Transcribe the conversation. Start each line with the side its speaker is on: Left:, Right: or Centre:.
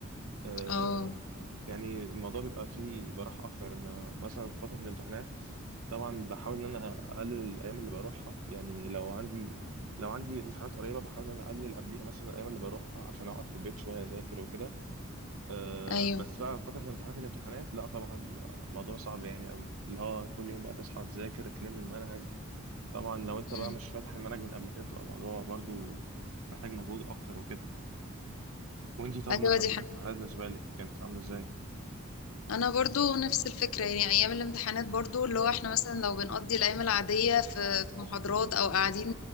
Right: آه،
Left: اه
Right: يعني الموضوع بيبقى فيه براحة أكتر إن أنا مثلا في فترة الامتحانات طبعا بحاول إن أنا أقلل الأيام اللي بروحها يعني لو عندي لو عندي امتحانات قريبة بحاول إن أنا أقلل قبليها مثلا الأيام اللي بروحها عشان أقعد في البيت شوية أذاكر وكده أه
Left: ايوه
Right: بس بقى في فترة الامتحانات الامتحانات لا طبعا بيبقى موضوع صعب يعني قوي اللي هو كل يوم بقى تصحى تذاكر تلم المنهج طبعا لو أنت
Left: امم
Right: بقى مش فاتح المنهج من قبل كده بتبقى موضوع برضو محتاج مجهود أكتر وكده وأنتي طب
Left: ايوه
Right: مثلا
Left: دي
Right: فترة الامتحانات بالنسبة لك كانت عاملة إزاي؟
Left: انا برضو نفس الفكره يعني ايام الامتحانات برضو اللي هو احنا مثلا لو بنقضي الايام العاديه في في محاضرات او قاعدين